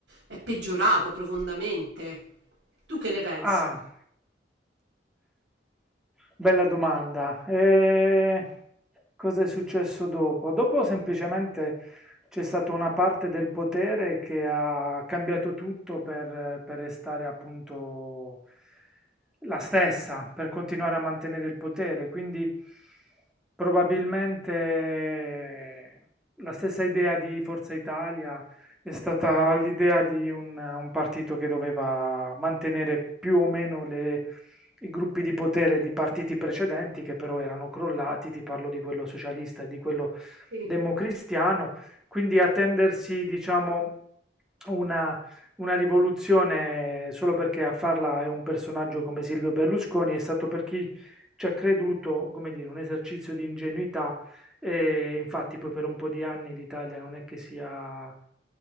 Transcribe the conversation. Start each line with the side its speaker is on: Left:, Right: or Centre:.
Right: è peggiorato profondamente. Tu che ne pensi?
Centre: Ah, bella domanda. Eh, cosa è successo dopo? Dopo semplicemente c'è stata una parte del potere che ha cambiato tutto per, per restare appunto la stessa, per continuare a mantenere il potere. Quindi probabilmente la stessa idea di Forza Italia È stata l'idea di un, un partito che doveva mantenere più o meno le- i gruppi di potere di partiti precedenti che però erano crollati, ti parlo di quello socialista e di quello
Right: Sì.
Centre: democristiano, quindi attendersi, diciamo, una, una rivoluzione solo perché a farla è un personaggio come Silvio Berlusconi è stato per chi ci ha creduto, come dire, un esercizio di ingenuità e infatti poi per un po' di anni l'Italia non è che sia,